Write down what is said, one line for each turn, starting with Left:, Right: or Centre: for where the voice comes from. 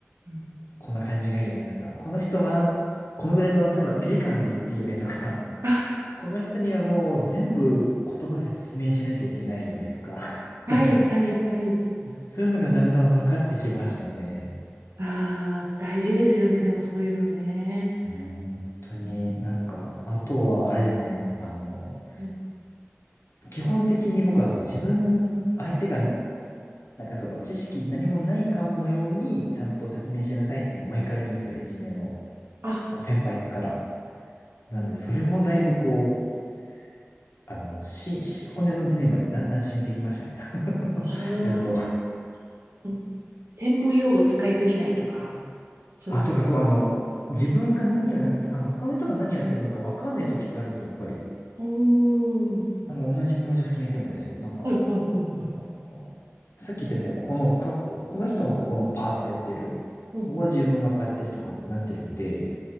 Right: うん
Left: こんな感じがいいよねとか、この人はこのぐらいの、例えば距離感で言っていいよねとか、
Right: あ、
Left: <laughs> この人にはもう全部言葉で説明しなきゃいけないよねとか、<laughs>
Right: はいはいはい。
Left: あのそういうのがだんだん分かってきましたね。
Right: ああ、大事ですよね。でもそういうのね。
Left: うん本当になんか、
Right: うん
Left: あとはあれですね、あの、
Right: うん
Left: 基本的に僕、あの、自分、相手がななんかその知識何もないかのようにちゃんと説明しなさいってもう毎回言われるんですよ、エンジニアの
Right: あ、
Left: 先輩から。なので、それもだいぶこう、あの、し、し骨の髄までだんだん染みてきましたね。
Right: あ
Left: <laughs> やっと。
Right: ーうん専門用語使いすぎないとか、そういうこと。
Left: あ、とかそう、あの、自分が何をやって、あの、他の人が何やってるのか分かんない時ってあるんですよ、やっぱり。
Right: おー
Left: あの、同じプロジェクトにいてもですよ。なんか、
Right: はいはいはいはい。
Left: まあさっき言ったみたいに、ここの他、ここの人はここのパーツやってる。
Right: うん。
Left: ここは自分がパーやってるとかなってるので、